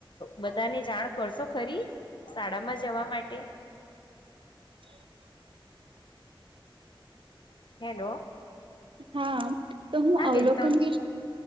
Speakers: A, on the left; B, on the right.
A: બધાને જાણ કરશો ખરી શાળામાં જવા માટે? હેલો.
B: હા. તો હું
A: હા
B: અવલોકન
A: બેન તો
B: વિ